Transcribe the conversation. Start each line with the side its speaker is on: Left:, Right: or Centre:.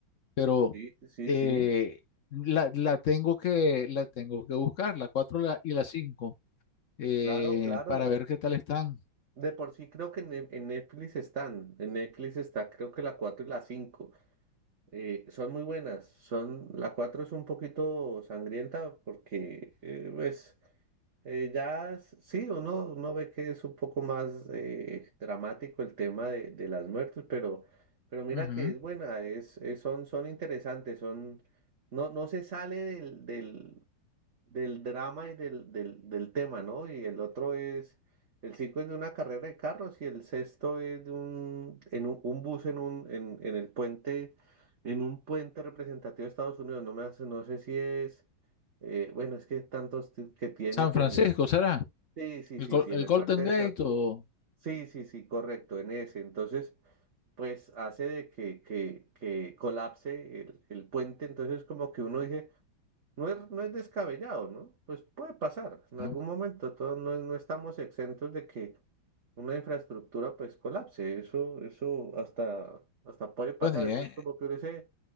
Left: pero
Right: sí, sí,
Left: eh,
Right: sí,
Left: la, la tengo que, la tengo que buscar, la 4 la- y la cinco eh,
Right: claro, claro.
Left: para ver qué tal están.
Right: De por sí creo que en, Ne- en Netflix están, en Netflix está creo que la 4 y la cinco Eh, son muy buenas. Son, la 4 es un poquito sangrienta porque, eh, pues, eh, ya s- sí, uno, uno ve que es un poco más eh, dramático el tema de, de las muertes, pero, pero mira
Left: Ujú.
Right: que es buena, es, es- son, son interesantes, son, no, no se sale del, del, del drama y del, del, del tema, ¿no? Y el otro es, el cinco es de una carrera de carros y el sexto es de un, en un, un bus en un, en, en el puente, en un puente representativo de Estados Unidos. No me hace, no sé si es, eh, bueno, es que tantos ti- que tiene,
Left: San
Right: pero
Left: Francisco, ¿será?
Right: sí, sí,
Left: ¿El,
Right: sí,
Left: Gol-
Right: sí,
Left: el
Right: en el
Left: Golden
Right: puente de
Left: Gate
Right: San...
Left: o...?
Right: Sí, sí, sí, correcto, en ese. Entonces, pues hace de que, que, que colapse el, el puente. Entonces, como que uno dice no es, no es descabellado, ¿no? Pues puede pasar. En
Left: ¿no?
Right: algún momento todos no, no estamos exentos de que una infraestructura pues colapse. Eso, eso hasta, hasta puede pasar.
Left: Bueno, y
Right: Entonces
Left: eh,
Right: como que uno dice,